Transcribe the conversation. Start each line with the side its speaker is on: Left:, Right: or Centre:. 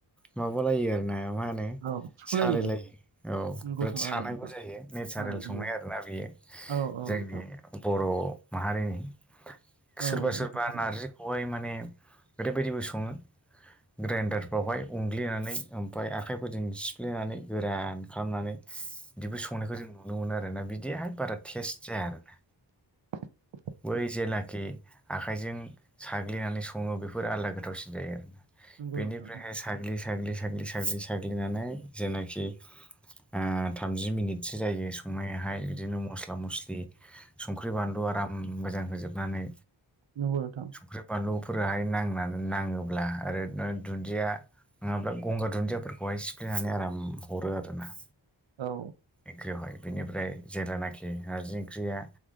Centre: माबालायो आरोना मा होनो
Right: औ थिखुलायो
Centre: सालायलायो औ
Right: नंगौथ'
Centre: बिराद सानांगौ
Right: आरो नोंथां
Centre: जायो नेचारेल
Right: हानाय जायो
Centre: संनाय आरो बे
Right: औ औ
Centre: जोंनि
Right: नोंथां
Centre: बर' माहारिनि
Right: औ
Centre: सोरबा सोरबा
Right: नोंथां
Centre: नारजिखौहाय माने ओरैबायदिबो सङो ग्राइन्डारफ्रावहाय उनग्लिनानै ओमफफ्राय आखाइफोरजों सिफ्लेनानै गोरान खालामनानै
Right: <inaudible>
Centre: बिदिबो संनायखौ जों नुनो मोनो आरोना बिदिहाय बारा टेस्ट जाया आरोना
Right: <inaudible>
Centre: बै जेलाखि आखाइजों साग्लिनानै सङो बेफोर आलादा गोथावसिन जायो आरोना
Right: नंगौ
Centre: बेनिफ्रायहाय
Right: नोंथां
Centre: साग्लि साग्लि साग्लि साग्लि साग्लिनानै जेनाखि ओ थामजि मिनिटसो जायो संनायाहाय बिदिनो मस्ला मस्लि संख्रि बानलु आराम मोजां होजोबनानै
Right: नंगौ नोंथां
Centre: संख्रि बानलुफोराहाय नांना नांनानै नाङोब्ला ओरैनो दुन्दिया नोंङाब्रा गंगार दुन्दियाफोरखौहाय सिफ्लेनानै आराम हरो आरोना
Right: औ
Centre: एकख्रिहाय बेनिफ्राय जेलानाखि नारजि ओंख्रिया